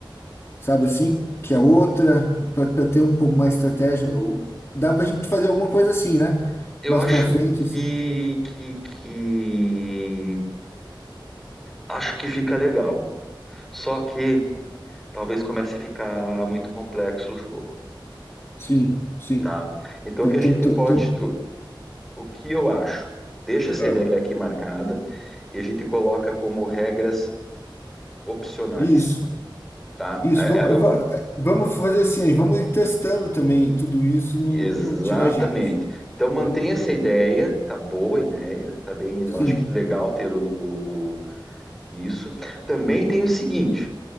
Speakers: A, on the left (about 30°); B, in the centre.
A: sabe assim? Que a outra, para ter um pouco mais estratégia. ou- Dá para a gente fazer alguma coisa assim, né?
B: Eu
A: Mais
B: acho
A: para frente,
B: que,
A: assim.
B: que, que... Acho que fica legal. Só que talvez comece a ficar muito complexo o jogo,
A: Sim, sim.
B: tá? Então,
A: Tá,
B: o que a
A: Tem
B: gente
A: que. to-
B: pode...
A: Tem,
B: O, o que eu acho? Deixa essa
A: ah,
B: ideia aqui marcada e a gente coloca como regras opcionais,
A: isso,
B: tá?
A: isso.
B: É,
A: Vamos,
B: é,
A: eu
B: eu
A: va-
B: cu-
A: eh, vamos fazer assim, aí, vamos ir testando também tudo isso no,
B: exatamente.
A: quando tiver gente,
B: Então, mantenha
A: né?
B: essa ideia. Tá boa a ideia. Tá bem...
A: Sim.
B: Eu acho que legal ter o, o Isso. Também tem o seguinte,